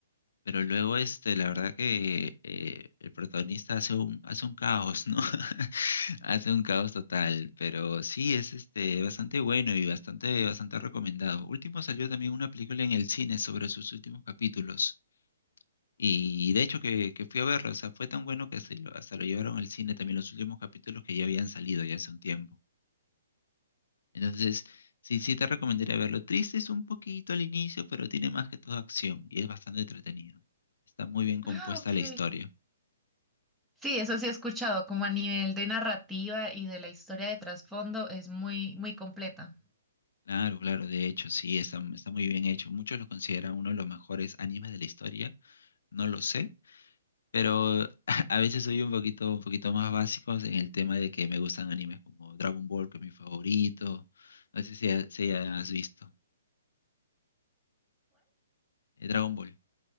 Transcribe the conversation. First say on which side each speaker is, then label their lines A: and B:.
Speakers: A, on the left; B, in the centre.
A: Pero luego, este, la verdad que eh, el protagonista hace un, hace un caos, ¿no? <laughs> Hace un caos total. Pero sí, es este bastante bueno y bastante, bastante recomendado. Último salió también una película en el cine sobre sus últimos capítulos. Y de hecho que, que fui a verla, o sea, fue tan bueno que hasta lo- hasta lo llevaron al cine también los últimos capítulos que ya habían salido ya hace un tiempo. Entonces, sí, sí te recomendaría verlo. Triste es un poquito al inicio, pero tiene más que todo acción y es bastante entretenido. Está muy bien compuesta
B: Ah, ok.
A: la historia.
B: Sí, eso sí he escuchado, como a nivel de narrativa y de la historia de trasfondo, es muy, muy completa.
A: Claro, claro, de hecho, sí, está, está muy bien hecho. Muchos lo consideran uno de los mejores animes de la historia, no lo sé, pero <laughs> a veces soy un poquito, un poquito más básicos en el tema de que me gustan animes como Dragon Ball, que es mi favorito. No sé si, ha- si has visto. Eh, Dragon Ball.